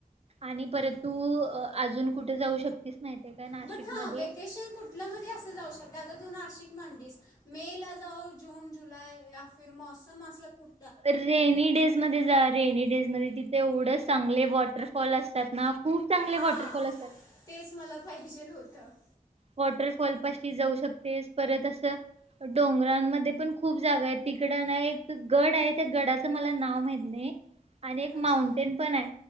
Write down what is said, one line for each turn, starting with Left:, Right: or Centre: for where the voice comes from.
Right: आणि परंतू अ अआजून कुठ जाऊ शकतीस माहितीय का नाशिकमध्ये
Left: बट हा व्हेकेशन कुठल्या मध्ये असं जाऊ शकते आता तू नाशिक म्हणलीस मे ला जाऊ जून जुलै या फिर मोसम असला कुठ
Right: रेनी डेज मध्ये जा रेनी डेज मध्ये तिथे एवढं चांगले वॉटरफॉल असतात ना? खूप चांगले
Left: हा
Right: वॉटरफॉल असतात.
Left: तेच मला पाहिजे ल हो <inaudible>
Right: वॉटरफॉल पाशी जाऊ शकतेस परत असं डोंगरांमध्ये पण खूप जागा आहे तिकड ना एक गड आहे त्या गडाचं मला नाव माहीत नाही. आणि एक
Left: अच्छा
Right: माउंटेन पण हाय.